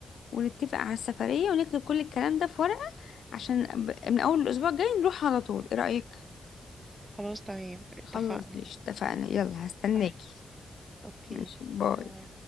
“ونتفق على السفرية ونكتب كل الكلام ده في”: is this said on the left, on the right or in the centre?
Left